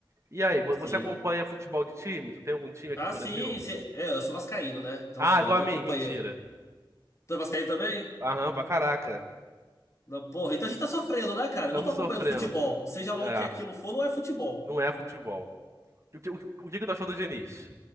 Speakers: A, on the right (about 35°); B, on the left (about 35°).
A: E aí, vo-
B: Sim.
A: você acompanha
B: é.
A: futebol de time? Tu tem algum time aqui
B: Ah,
A: no Brasil?
B: sim, sim. É, eu sou vascaíno, né? Então,
A: Ah,
B: assim,
A: igual
B: eu tô
A: a mim,
B: acompanhando.
A: mentira.
B: Tu é vascaíno também?
A: Aham, pra caraca.
B: Não, porra, então a gente tá sofrendo, né, cara?
A: Estamos
B: Eu Não tô acompanhando
A: sofrendo.
B: futebol. Seja lá
A: É,
B: o que aquilo for, não é futebol.
A: não é futebol. O que, o, que o que que tu achou do Diniz?